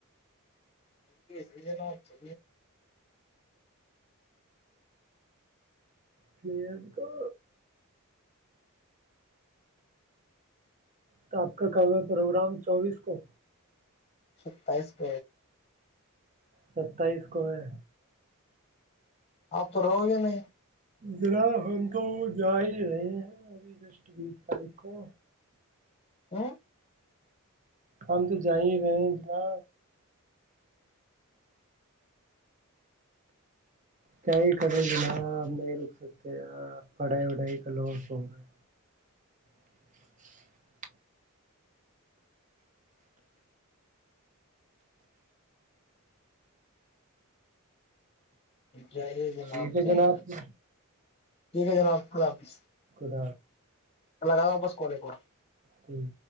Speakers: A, on the left; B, on the right.
A: چے چے نا چے
B: پ کا تو آپ کا کابل پروگرام چوبیس کو
A: ستائیس پ
B: ستائیس کو ہے
A: آپ تو رہو گے نہیں
B: ذرا ہم تو جا ہی رہے ہیں ابھی جسٹ بیس تاریخ کو
A: ا
B: ہم تو جائی رہے ہیں اتنا کیائی کھڑے جنا نہیں رک سکتے یار پڑھائی وڑھائی کا لور س ہو رہے ج
A: جائیے ج نپ
B: ٹھیک ہے
A: جائیے
B: جناب
A: ٹھیک ہے جناپ خدلہ حافظ
B: خد
A: لگا ہوں بس کوالے کو
B: ٹھیک